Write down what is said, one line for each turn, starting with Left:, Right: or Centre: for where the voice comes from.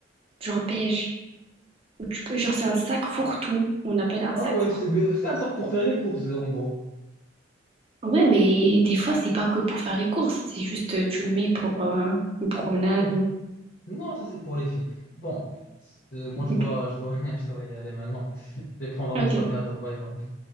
Right: genre beige. Ou tu peux, genre, c'est un sac fourre-tout. On appelle un
Left: Ah
Right: sac
Left: ouais, c'est mais c'est un sac pour faire les courses, en gros.
Right: Ouais, mais des fois, c'est pas que pour faire les courses, c'est juste euh, tu le mets pour euh, une promenade
Left: Ah ouais.
Right: ou...
Left: Non, ça c'est pour les filles. Bon, c'est- moi je
Right: Ok.
Left: dois, je dois, <laughs> je dois y aller maintenant. Je vais prendre
Right: Ok.
Left: mon sac à dos. Bye bye.